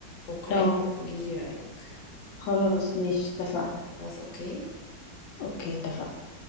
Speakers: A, on the left; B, on the left.
A: واقرأيها
B: اه
A: وقوليلي رأيك
B: خلاص ماشي اتفقنا
A: خلاص اوكي
B: اوكي اتفقنا